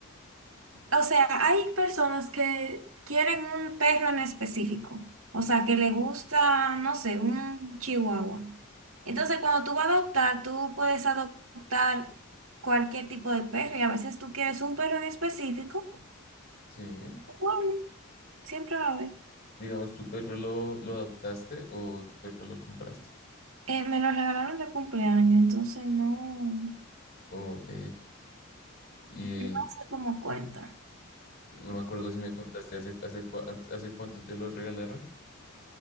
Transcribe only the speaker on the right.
O sea, hay personas que quieren un perro en específico. O sea, que le gusta, no sé, un chihuahua. Entonces, cuando tú vas a adoptar, tú puedes adoptar cualquier tipo de perro y a veces tú quieres un perro en específico.
Bueno, siempre va a haber.
Eh, me lo regalaron de cumpleaños, entonces no,
no sé cómo cuenta.